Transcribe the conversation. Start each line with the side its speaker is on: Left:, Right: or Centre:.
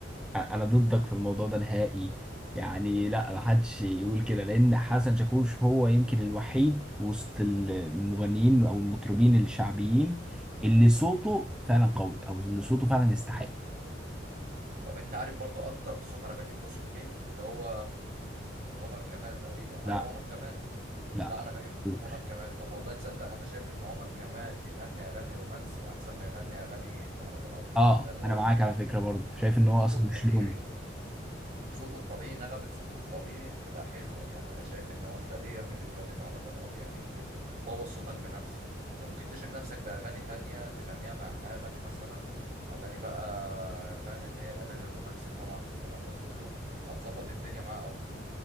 Centre: انا ضدك في الموضوع ده نهائي يعني لا محدش يقول كده لان حسن شاكوش هو يمكن الوحيد وسط المغنيين او المطربين الشعبيين اللي صوته فعلا قوي او اللي صوته فعلا يستحق
Right: طب انت عارف برضو اكتر صوت انا بحبه صوت مين اللي هو عمر كمال تقريبا
Centre: لا
Right: ايوه عمر كمال
Centre: لا
Right: لا انا بحب صوت
Centre: شاكوش.
Right: عمر كمال طب والله تصدق انا شايف ان عمر كمال يغني اغاني رومانسي احسن ما يغني اغاني مهرجانات
Centre: اه
Right: لان والله
Centre: انا معاك على فكرة برضه شايف ان هو
Right: صوته
Centre: اصلا
Right: الطبيعي
Centre: مش لونه
Right: صوته الطبيعي نغمة صوته الطبيعي بتبقى حلوة يعني انا شايف ان هو انت ليه يا ابني بتغني مهرجانات يعني وبتبوظ صوتك بنفسك انت ممكن تشيل نفسك باغاني تانية تغنيها مع حالك مثلا اغاني بقى فاهم اللي هي الاغاني الرومانسي طبعا والكلام ده كله هتظبط الدنيا معاه اكتر